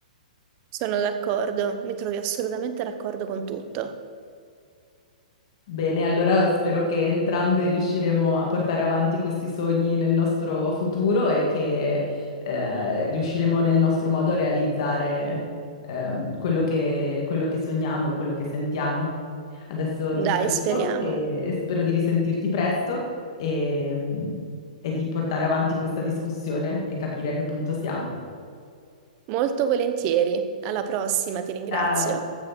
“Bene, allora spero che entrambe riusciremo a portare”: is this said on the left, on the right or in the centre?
Left